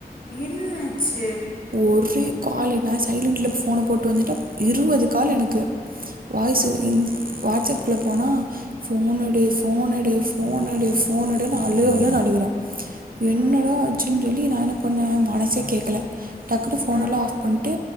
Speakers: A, on the left; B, on the right.
A: என்னாச்சு
B: ஒரே காலு நா சைலன்ட்ல ஃபோன போட்டு வந்துட்ட இருவது கால் எனக்கு வாய்ஸு
A: ஆ
B: இ வாட்ஸ்அப் ள்ளே போனா ஃபோனெடு ஃபோனெடு ஃபோனெடு ஃபோனெடுன் அழு அழுன் அழுகறா என்னடா
A: ஆ
B: ஆச்சுன் சொல்லி நா என்ன பண்ணே மனசே கேக்கல டக்குனு ஃபோனெல்லா
A: ஆ
B: ஆஃப் பண்ட்டு